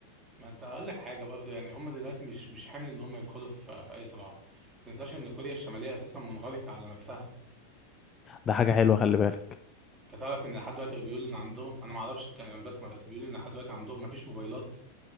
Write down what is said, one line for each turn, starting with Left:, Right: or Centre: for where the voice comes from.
Right: ما انت هقول لك حاجه برضه يعني هم دلوقتي مش مش حامل ان هم يدخلوا في في اي صراع ما تنساش ان كوريا الشماليه اساسا منغلقه على نفسها
Left: ده حاجة حلوة خلي بالك
Right: انت تعرف ان لحد دلوقتي بيقولوا ان عندهم انا ما اعرفش يعني انا بسمع بس بيقولوا ان لحد دلوقتي عندهم ما فيش موبايلات